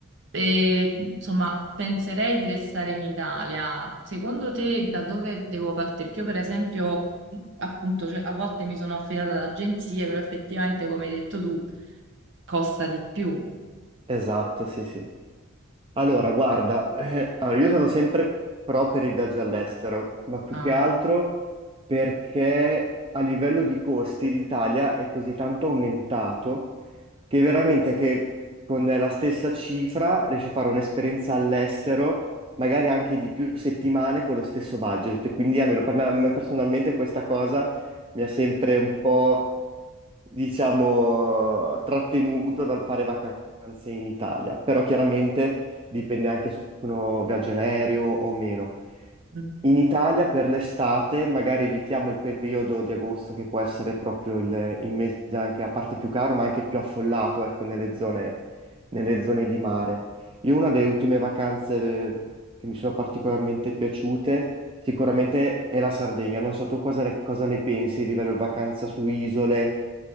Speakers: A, on the right; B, on the right.
A: E, insomma, penserei di restare in Italia. Secondo te da dove devo partire? Perché Io, per esempio, mh, appunto, cioè, a volte mi sono affidata ad agenzie, però effettivamente, come hai detto tu, costa di più.
B: Esatto, sì, sì. Allora, guarda, eh, allora, io sono sempre pro per il viaggio all'estero, ma più
A: Ah,
B: che altro perché a livello di costi l'Italia è così tanto aumentato che veramente che con la stessa cifra riesci a fare un'esperienza all'estero, magari anche di più settimane con lo stesso budget. Quindi almeno per me, a me personalmente questa cosa mi ha sempre un po' diciamo, trattenuto dal fare vacanze in Italia, però chiaramente dipende anche se uno viaggia in aereo o meno.
A: mm.
B: In Italia per l'estate magari evitiamo il periodo di agosto che può essere proprio il, il mese anche a parte più caro, ma anche più affollato, ecco, nelle zone, nelle zone di mare. Io una delle ultime vacanze eh, che mi sono particolarmente piaciute sicuramente è la Sardegna. Non so tu cosa, cosa ne pensi a livello di vacanza su isole